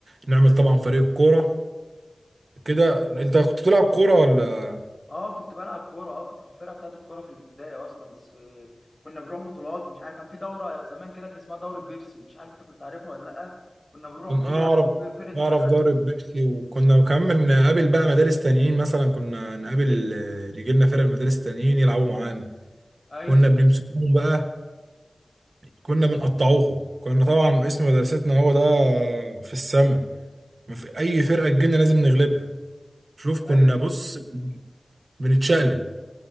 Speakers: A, on the right; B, on the left.
A: نعمل طبعا فريق الكوره كده انت كنت بتلعب كوره ولا
B: اه كنت بلعب كوره اه كنت في الفرقه بتاعت الكوره في الابتدائي اصلا بس آه، كنا بنروح بطولات ومش عارف كان في دوره زمان كده كان اسمها دوره بيبسي مش عارف انت كنت عارفها ولا لا كنا بنروح
A: كان
B: فيها
A: اعرف
B: وفرقه
A: اعرف
B: المدرسه
A: ضارب
B: وكده
A: بيبسي وكنا كمان نقابل بقى مدارس تانيين مثلا كنا نقابل ال- يجي لنا فرق من مدارس تانيين يلعبوا معانا
B: ايوه
A: كنا بنمسكوهم بقى كنا بنقطعوهم كنا طبعا اسم مدرستنا هو ده في السماء ما في اي فرقه تجيلنا لازم نغلبها شوف كنا
B: ايوه
A: بص بنتشقلب